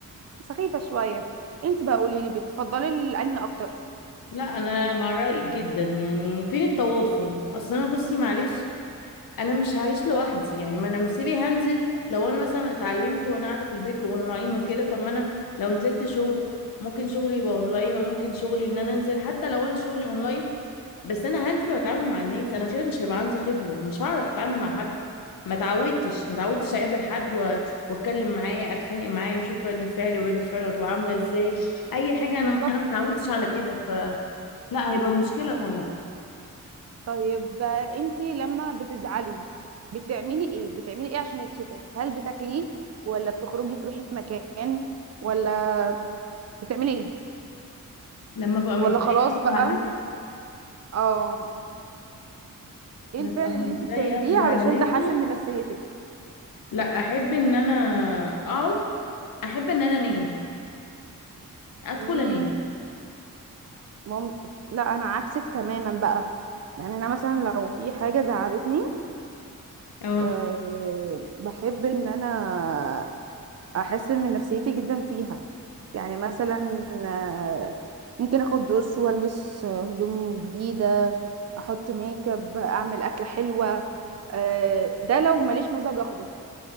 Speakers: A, on the right; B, on the left.
A: سخيفه شويه انت بقى قولي لي بتفضلي ال- انهي اكتر
B: لا انا مع رايك جدا يعني فين التواصل اصل انا بصي معلش انا مش هعيش لوحدي يعني ما انا مسيبي هنزل لو انا مثلا اتعلمت وانا قاعده في البيت واونلاين وكده طب ما انا لو نزلت شغل ممكن شغلي يبقى اونلاين وممكن شغلي ان انا انزل حتى لو انا شغلي اونلاين بس انا هنزل واتعامل مع الناس انا كده مش هيبقى عندي خبره مش هعرف اتعامل مع حد ما اتعودتش ما اتعودتش اقابل حد و- واتكلم معاه اتخانق معاه نشوف ردة فعلي وردة فعله هتبقى عاملة ازاي اي حاجة انا
A: بالظبط
B: انا ما اتعودتش على كده ف لا هيبقى مشكلة طبعا
A: طيب آه، انتي لما بتزعلي بتعملي ايه بتعملي ايه عشان يبسطك هل بتاكلي ولا بتخرجي تروحي في مكان ولا بتعملي ايه
B: لما ببقى متضايقة
A: ولا خلاص
B: وزعلانة
A: بقى اه ايه
B: ببقى
A: الفعل
B: متضايقة
A: اللي انتي بتعمليه
B: وزعلانة
A: علشان تحسن من نفسيتك
B: لا احب ان انا اقعد احب ان انا انام ادخل
A: امم
B: انام
A: ممكن لا انا عكسك تماما بقى يعني انا مثلا لو في حاجه زعلتني
B: اه
A: أه بحب ان انا احسن من نفسيتي جدا فيها يعني مثلا آه، ممكن اخد دش والبس آه، هدوم جديده احط ميك اب اعمل اكله حلوه آه، ده لو ماليش مزاج اخرج